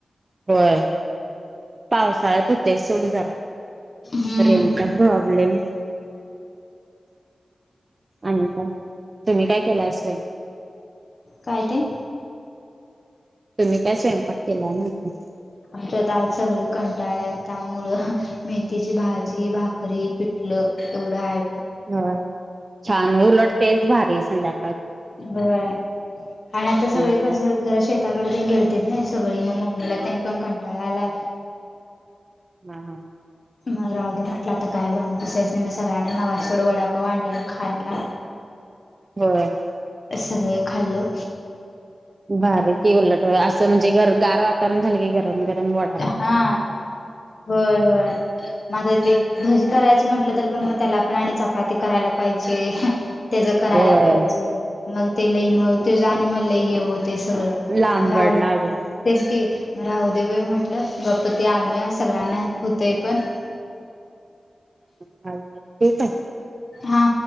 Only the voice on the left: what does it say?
हम्म
काय ते?
आमच्यात आज सगळी कंटाळल्यात त्यामुळं मेथीची भाजी भाकरी पिठलं एवढं आहे.
व्हय आणि आता सगळे
कसं जरा शेताकडे तेन गेलतीत नाय सगळी मग मम्मीला तेन पण कंटाळा आलाय.
मग राहूद्या म्हटलं आता काय बनवत बसायचं न्हाय मग सगळ्यांना मवासोड वडापाव आणल्याला खायला.
सगळे खाल्लो
हा होय होय म आता ते भजी करायच च म्हटलं तर पण मग त्याला पण आणि चपाती करायला पाहिजे तेझ करायला
पाहिजे. मग ते लय मग तेझ आणि म लय हे होतय सगळं
म राहीली.
तेच की म राहूदे बाई म्हटलं गप्प ते आणूया सगळ्यांना होतंय पण
हा!